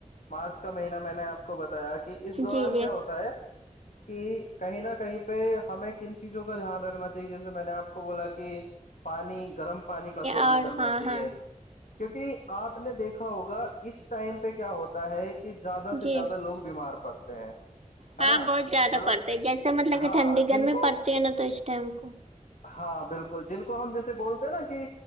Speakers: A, on the left; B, on the right.
A: پانچ کا مہینہ میں نے آپ کو بتایا کہ اس دوران
B: جی جی
A: کیا ہوتا ہے کہ کہیں نہ کہیں پہ ہمیں کن چیزوں کا دھیان رکھنا چاہیے جیسے میں نے آپ کو بولا کہ کہ پانی گرم پانی کا سیون
B: اور
A: کرنا
B: ہاں
A: چاہیے
B: ہاں
A: کیونکہ آپ نے دیکھا ہوگا اس ٹائم پہ پ کیا ہوتا ہے کہ زیادہ سے
B: جی
A: زیادہ لوگ بیمار پڑتے ہیں ہے
B: ہاں
A: نا
B: بہت زیادہ
A: مطلب
B: پڑتے ہے جیسے کہ
A: ہاں
B: ٹھنڈی گرمی
A: جن کو
B: پڑتی ہے نا تو اس ٹائم کو
A: ہاں بالکل جن کو ہم جیے بول د نا کہ